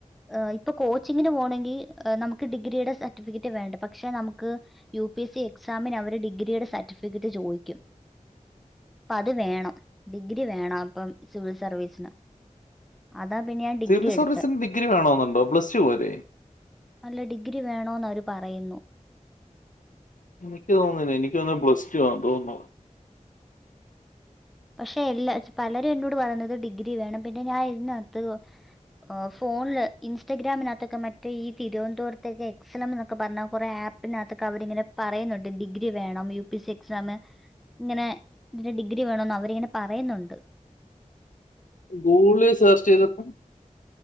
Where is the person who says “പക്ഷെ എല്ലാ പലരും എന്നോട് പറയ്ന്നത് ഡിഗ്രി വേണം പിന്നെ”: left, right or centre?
Centre